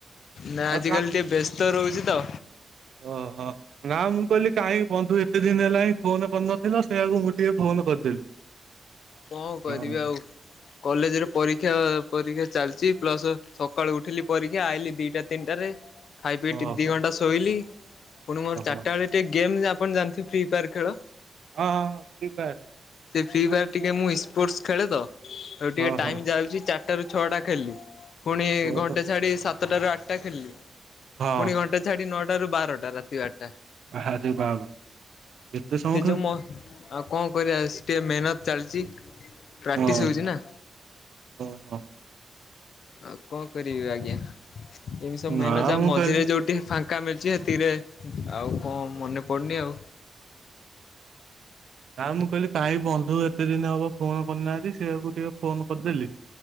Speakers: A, on the left (about 80°); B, on the right (about 80°).
A: ନା
B: ଆଉ
A: ଆଜିକାଲି ଟିକେ ବେସ୍ତ- - ତ ରହୁଛି ତ।
B: ଓ ହୋ। ନା ମୁଁ କହିଲି କାଇଁ ବନ୍ଧୁ ଏତେ ଦିନ ହେଲା ହିଁ ଫୋନ କରିନଥିଲ ସେଇଆକୁ ମୁଁ ଟିକେ ଫୋନ କରିଦେଲି।
A: କଣ କରିବି
B: ହଁ
A: ଆଉ। କଲେଜରେ ପରୀକ୍ଷା ପରୀକ୍ଷା ଚାଲିଛି ପ୍ଲସ ସକାଳୁ ଉଠିଲି ପରୀକ୍ଷା ଆଇଲିି ଦିଟା ତିନିଟାରେ ଖାଇ ପିଇ
B: ଓହୋ
A: ଟିକେ ଦି ଘଣ୍ଟା ଶୋଇଲି ପୁଣି ମୋର
B: ଓହୋ
A: ଚାରିଟା ବେଳେ ଗୋ ଗେମ୍ ଆପଣ ଜାଣିଥିବେ ଫି ଫେୟାର ଖେଳ
B: ହଁ ହଁ ଫ୍ରି ଫାୟାର
A: ସେ ଫିଫେୟାର ଟିକେ ମୁଁ ସ୍ପୋର୍ଟସ ଖେଳେ ତ ଆଉ ଟିକେ
B: ହଁ
A: ଟାଇମ
B: ହଁ
A: ଯାଉଛି ଚାରିଟାରୁୁ ଛଅଟା ଖେଳି ପୁଣି
B: ଓହୋ
A: ଘଣ୍ଟେ ଛାଡି ସାତଟାରୁ ଆଠଟା ଖେଳିଲି
B: ହଁ
A: ପୁଣି ଘଣ୍ଟେ। ସାଢ ନଅଟା ରୁ ବାରଟା ରାତି ବାରଟା
B: ବାାରେ ବାହାଘରେ ଏତେ ସମୟ
A: ସେ
B: ଖେଳୁଛ
A: ଯୋଉ ମ ଆଉ କଣ କରିବା ସିଏ ଟିକେ ମେହନତ ଚାଲିଛି ପ୍ରାକ୍ଟିସ
B: ଓହୋ
A: ହଉଛି ନା
B: ଓହୋ।
A: ଆଉ କଣ କରିବି ଆଜ୍ଞା ଏମିତି ସବୁ ମେହନତ
B: ନା
A: ଯା
B: ମୁଁ
A: ମଝିରେ
B: କହିଲି
A: ଯୋଉଠି ଟିକେ ଫାଙ୍କା ମିଳିଛି ସେତିକିରେ ଆଉ କଣ ମନେ ପଡ଼ୁନି ଆଉ
B: ନା ମୁଁ କହିଲି କାହିଁ ବନ୍ଧୁ ଏତେ ଦିନ ହବ ଫୋନ କରିନାହାନ୍ତି ସେଇଆକୁ ଟିକେ ଫୋନ କରିଦେଲି